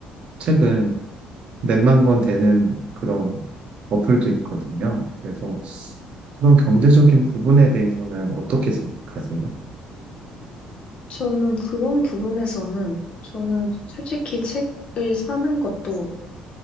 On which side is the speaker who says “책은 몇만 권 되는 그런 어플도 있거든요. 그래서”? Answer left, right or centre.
Right